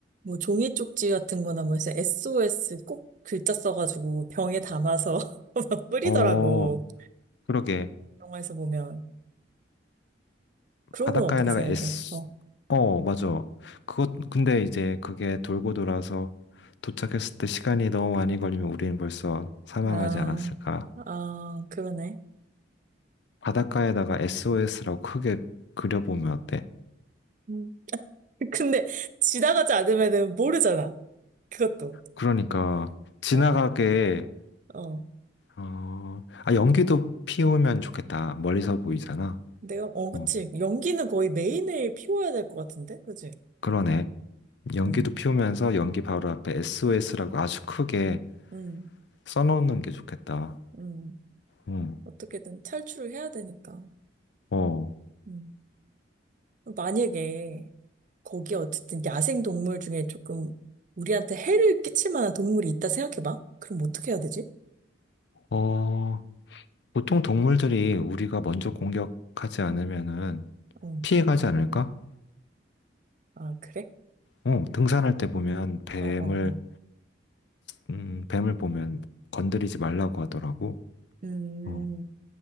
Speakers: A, on the right (about 45°); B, on the left (about 70°).
A: 뭐 종이 쪽지 같은 거나 뭐 해서 SOS 꼭 글자 써가지고 병에 담아서 <laughs> 막 뿌리더라고.
B: 어, 그러게.
A: 영화에서 보면. 그런
B: 바닷가에다가
A: 건 어떻게 생각해?
B: S,
A: 어.
B: 어, 맞아. 그것, 근데 이제 그게 돌고 돌아서 도착했을 때 시간이 너무 많이 걸리면 우리는 벌써 사망하지
A: 아,
B: 않았을까.
A: 아, 그러네.
B: 바닷가에다가 SOS라고 크게 그려보면 어때?
A: 음. <laughs> 근데 지나가지 않으면은 모르잖아. 그것도.
B: 그러니까, 지나가게,
A: 어, 어.
B: 어, 아, 연기도 피우면 좋겠다. 멀리서
A: 음.
B: 보이잖아.
A: 내가, 어,
B: 어,
A: 그치. 연기는 거의 매일매일 피워야 될 것 같은데? 그치?
B: 그러네. 연기도
A: 음,
B: 피우면서 연기 바로 앞에 SOS라고 아주 크게
A: 음,
B: 써놓는 게 좋겠다.
A: 음.
B: 응.
A: 어떻게든 탈출을 해야 되니까.
B: 어,
A: 음. 만약에 거기 어쨌든 야생 동물 중에 조금 우리한테 해를 끼칠 만한 동물이 있다 생각해봐. 그럼 어떻게 해야 되지?
B: 어, 보통 동물들이 우리가 먼저 공격하지 않으면은
A: 어.
B: 피해가지 않을까?
A: 아, 그래?
B: 어, 등산할 때 보면 뱀을,
A: 어, 어, 어.
B: 음, 뱀을 보면 건드리지 말라고 하더라고.
A: 음.
B: 어,